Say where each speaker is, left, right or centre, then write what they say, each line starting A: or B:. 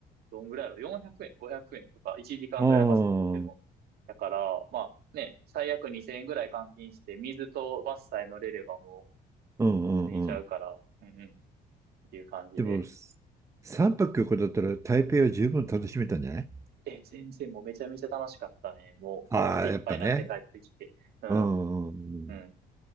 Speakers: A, on the right (about 70°); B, on the right (about 15°).
A: どんぐらいやろ ?400 円、500円とか、1時間ぐらいバス乗っても。
B: ああ、
A: だから、まあね、最悪2000円ぐらい換金して、水とバスさえ乗れればも
B: うんうんうん。
A: う、いちゃうから、うんうん、っていう感じで。
B: でも、三泊旅行だったら台北は十分楽しめたんじゃない
A: え、全然もうめちゃめちゃ楽しかったね。もうお腹いっぱいになって帰ってきて。
B: ああ、やっぱね。
A: うん、
B: うんうんうん
A: うん、